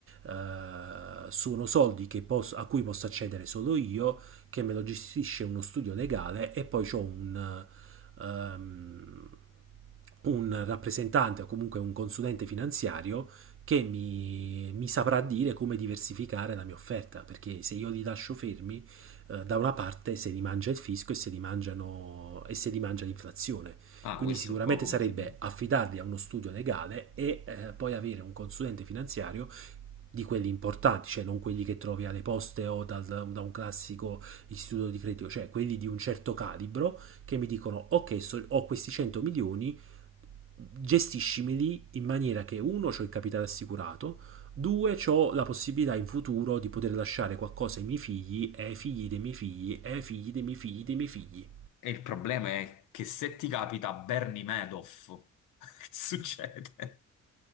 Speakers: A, on the right (about 45°); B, on the left (about 85°).
A: eh, sono soldi che posso, a cui posso accedere solo io, che me lo gestisce uno studio legale e poi ho un, um, un rappresentante o comunque un consulente finanziario che mi, mi, saprà dire come diversificare la mia offerta, perché se io li lascio fermi, eh, da una parte se li mangia il fisco e se li, mangiano, e se li mangia l'inflazione.
B: Ah,
A: Quindi
B: questo
A: sicuramente
B: è poco
A: sarebbe
B: ma sicuro.
A: affidarli a uno studio legale e eh, poi avere un consulente finanziario di quelli importanti, cioè non quelli che trovi alle poste o dal- da un classico istituto di credito, cioè quelli di un certo calibro che mi dicono ok, so- ho questi 100 milioni, gestiscimeli in maniera che uno, ho il capitale assicurato, due, ho la possibilità in futuro di poter lasciare qualcosa ai miei figli e ai figli dei miei figli e ai figli dei miei figli dei miei figli.
B: E il problema è che se ti capita Bernie Madoff, <laughs> che succede?